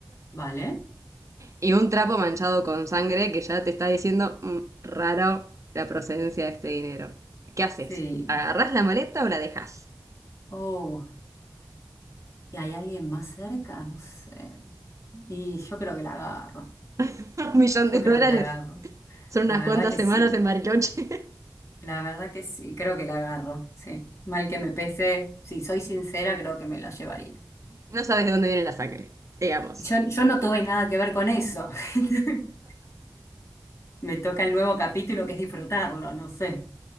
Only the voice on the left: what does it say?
Vale,
sí.
Oh, ¿y hay alguien más cerca? No sé. Y yo creo que la agarro.
Yo
creo que la agarro.
La
verdad
que
sí.
La verdad que sí. Creo que la agarro. Sí. Mal que me pese, si soy sincera, creo que me la llevaría.
Yo, yo no tuve nada que ver con eso. <laughs> Me toca el nuevo capítulo que es disfrutarlo, no sé.